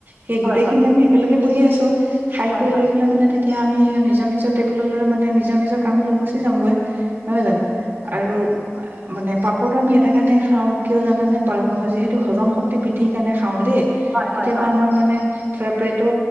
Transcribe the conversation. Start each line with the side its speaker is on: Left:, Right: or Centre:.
Right: সেই
Centre: হয়
Right: গোটেই
Centre: হয় হয়
Right: খিনি আমি একেলগে বহি আছো ছো খাই
Centre: হয়
Right: কৰি
Centre: হয়
Right: লৈ পেলাই মানে তেতিয়া আমি নিজৰ নিজৰ টেবুললৈ মানে নিজৰ নিজৰ কামলৈ গুচি যামগৈ নহয় জানো আৰু মানে সটো আমি এটা কাৰণে খাওঁ কিয় জানে নে যিহেতু হজম শক্তি বৃদ্ধিৰ কাৰণে খাওঁ খাওঁ দেই
Centre: হয়
Right: কেতিয়াবা
Centre: হয় হয় হয় হয় হয়
Right: আমাৰ মানে তাৰপেত উ